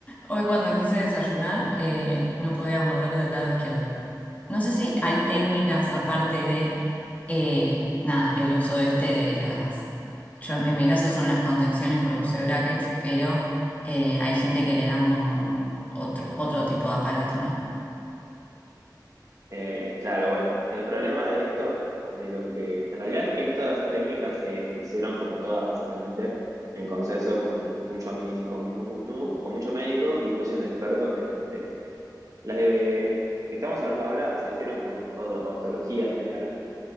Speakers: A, on the left; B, on the right.
A: hoy cuando quise desayunar, eh, no podía morder del lado izquierdo. No sé si hay técnicas aparte de, eh, nada, el uso este de las, yo en mi caso son las contenciones porque usé brackets, pero eh, hay gente que le dan como otro, otro tipo de aparato, ¿no?
B: Eh, claro, bueno, el problema de esto, de lo que en realidad estas técnicas se hicieron como todas básicamente en consenso con mucho, medi- con mucho, con mucho médico y juicios de expertos de las materias. Las de, que estamos hablando ahora se hicieron con o- odontología en general